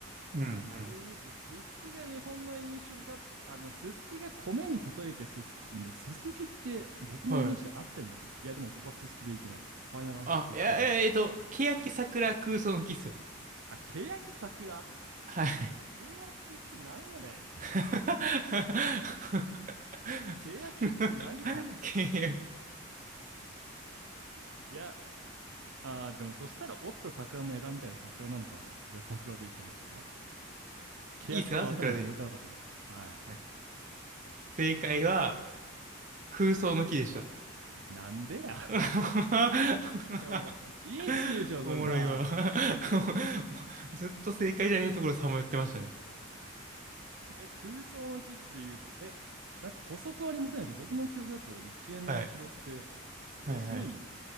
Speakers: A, on the right; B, on the right.
A: うんうん。
B: え、で言うと、ススキが日本の印象が、あの、ススキが米に例えてススキ、んススキって僕のイメージで合ってんのかないや、
A: はい。
B: でもここはススキでいきます。ファイナルアンサー、
A: あ、
B: ススキです。
A: いや、いやえっと、欅桜空想の木っすよ。
B: あ、ケヤキ桜。
A: はい。
B: ケヤキってなんやねん。
A: <laughs>
B: ケヤキってなんや。
A: 欅
B: <laughs> いや、あー、でもそしたら折った桜の枝みたいな桜なのかなじゃあ桜でいきます、そこは。ケヤキが頭に思い浮かばなかったな。
A: いいっすか桜で。
B: はい。
A: はい正解は、空想の木でした。
B: なんでや。<laughs>
A: <laughs>
B: いやもう、インチキでしょ、
A: おもろいわ。
B: それは。
A: <laughs> ずっと正解じゃないところさまよってましたね。
B: え、空想の木っていう、え、なんか補足ありませんでした僕の記憶だと一円の後ろって、
A: はい。
B: 細い、
A: はいはい。